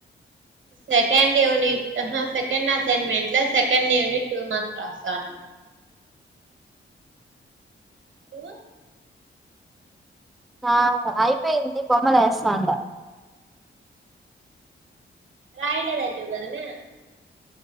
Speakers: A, on the right; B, in the centre.
A: సెకండ్ యూనిట్ ఆహ సెకండ్ అసైన్మెంట్లో సెకండ్ యూనిట్ టూ మార్క్స్ రాస్తాన్నా నువ్వు
B: ఆ అయిపోయింది బొమ్మలు వేస్తాండా
A: రాయలేదంటివీ కదమే